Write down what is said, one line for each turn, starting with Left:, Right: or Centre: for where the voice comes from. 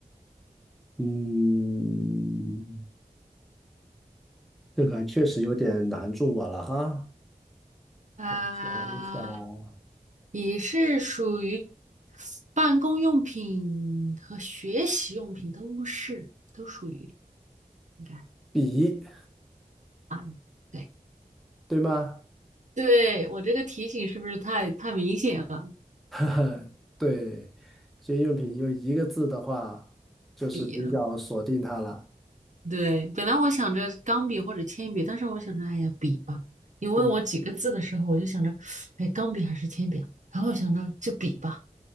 Centre: 嗯，这个还确实有点难住我了哈。
Right: 啊，
Centre: 我想一想啊
Right: 笔是属于办公用品和学习用品都是，都属于应该
Centre: 笔，
Right: 啊。对，
Centre: 对吗？
Right: 对，我这个提醒是不是太太明显了？
Centre: <laughs> 对，这些用品用一个字的话，就是比较锁定它了。
Right: 笔了？对，本来我想着钢笔或者铅笔，但是我想着，哎呀，笔吧。你问我几个字的时候，
Centre: 嗯，
Right: 我就想着，哎，钢笔还是铅笔啊？然后我想着就笔吧。